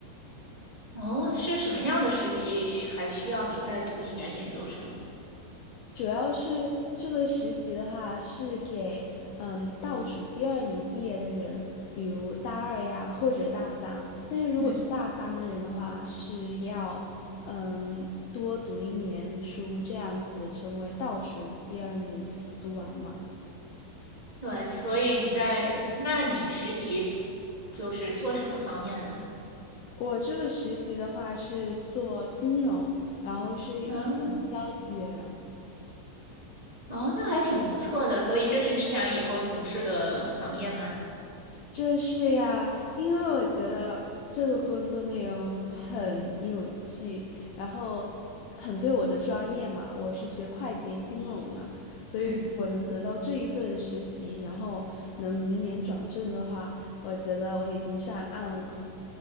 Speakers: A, on the right; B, on the left.
A: 哦，是什么样的实习需还需要你再读一年研究生？
B: 主要是这个实习的话，是给嗯倒数第二年毕业的人，比如大二呀或者大三。但是如果是大三的人的话，
A: 嗯，
B: 是要嗯多读一年书，这样子成为倒数第二年读完嘛。
A: 对，所以你在，那你实习就是做什么方面呢？
B: 我这个实习的话是做金融，然后是一名交易员。
A: 哦哦，那还挺不错的。所以这是你想以后从事的行业吗？
B: 就是呀，因为我觉得这个工作内容很有趣，然后很对我的专业嘛，我是学会计金融的，所以如果能得到这一份实习，
A: 嗯。
B: 然后能明年转正的话，我觉得我已经上岸了。